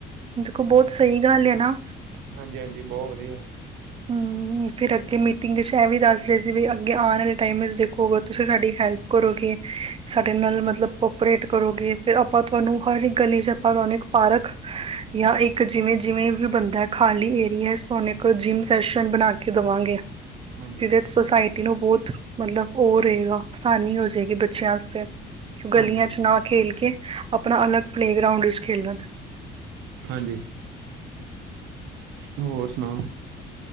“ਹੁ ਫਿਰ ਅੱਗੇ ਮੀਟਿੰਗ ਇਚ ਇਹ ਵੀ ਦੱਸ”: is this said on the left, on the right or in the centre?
Right